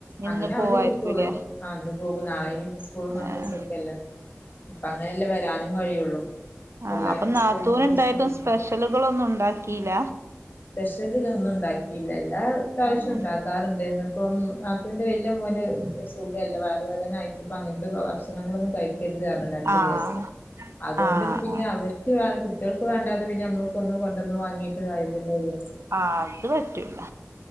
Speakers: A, on the right; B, on the left.
A: ഇന്ന്
B: അങ്ങനെ
A: പോവായിരിക്കൂല്ലേ
B: അവധി കിട്ടുള്ളൂ ആ ഇന്ന് പോകും നാളെ ഇനി സ്കൂളും മദ്രസ
A: ആഹ്
B: ഒക്കെല്ലേ ഇപ്പ അങ്ങനെല്ലേ വരാനും കഴിയുള്ളൂ
A: ആ
B: എല്ലാർക്കും
A: അപ്പ നാത്തൂനിണ്ടായിട്ടും
B: സ്കൂളും മദ്രസും വരുമ്പോ
A: സ്പെഷ്യലുകളൊന്നും ഉണ്ടാക്കീല്ല
B: ഷ്യലൊന്നും ഇണ്ടാക്കീല്ല എല്ലാ പ്രാവശ്യം
A: ആഹ്
B: ഇണ്ടാക്കാറുണ്ട് ഇന്നിപ്പം നാത്തൂന്റെ വല്യ- മോന് സുഖില്ല വയറ് വേദന ആയിട്ടിപ്പ അങ്ങനത്തെ ഭക്ഷണങ്ങളൊന്നും കൈ ക്കരുത് പറഞ്ഞ്ണ് അഞ്ചു
A: ആഹ്
B: ദിവസം അതുകൊണ്ട്
A: ആഹ്
B: പിന്നെ അവര്ക്ക് വേറെ കു കുട്ട്യോൾക്ക് വേണ്ടാതെ പിന്നെ നമ്മള് ഒന്നും കൊണ്ടുന്ന് വാങ്ങിട്ട് കാരില്ലല്ലോ വി-
A: ആ അത് പറ്റൂല